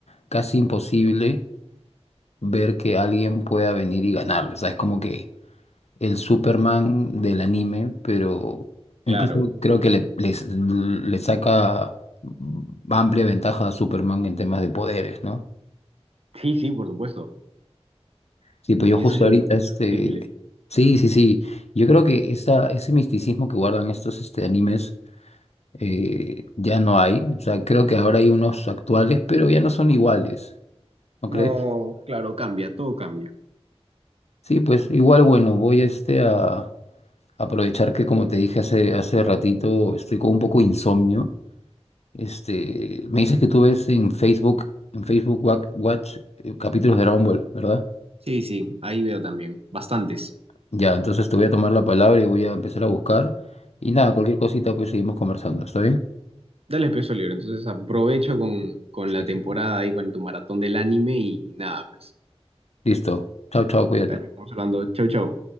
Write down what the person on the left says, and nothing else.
casi imposible ver que alguien pueda venir y ganarle. O sea, es como que el Superman del anime, pero
incluso creo que le, les- le saca amplia ventaja a Superman en temas de poderes, ¿no?
Sí, pues yo
justo
ahorita
este...
Sí, sí, sí. Yo creo que esa, ese misticismo que guardan estos este, animes eh, ya no hay. O sea, creo que ahora hay unos actuales, pero ya no son iguales, ¿no
crees?
Sí, pues igual, bueno, voy este a aprovechar que como te dije hace, hace ratito, estoy con un poco de insomnio. Este, me dices que tú ves en Facebook, en Facebook Wa- Watch, eh, capítulos de Dragon Ball, ¿verdad?
Ya, entonces te voy a tomar la palabra y voy a empezar a buscar. Y nada, cualquier cosita, pues seguimos conversando, ¿está bien?
Sí.
Listo. Chao, chao, cuídate.